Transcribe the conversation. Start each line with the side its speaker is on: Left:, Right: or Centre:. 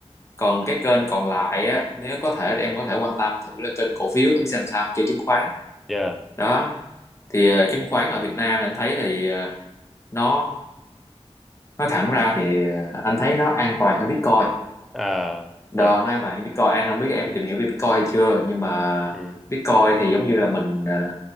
Left: còn cái kênh còn lại á nếu có thể thì em có thể quan tâm thử là kênh cổ phiếu thử xem sao chơi chứng khoán
Centre: Dạ.
Left: đó thì ờ, chứng khoán ở Việt Nam anh thấy thì ờ, nó nói thẳng ra thì ờ, anh thấy nó an toàn hơn Bitcoin
Centre: À.
Left: Đó,
Centre: Dạ.
Left: nói bạn Bitcoin em không biết em có tìm hiểu về Bitcoin hay chưa nhưng mà
Centre: Ừ.
Left: Bitcoin thì giống như là mình ờ,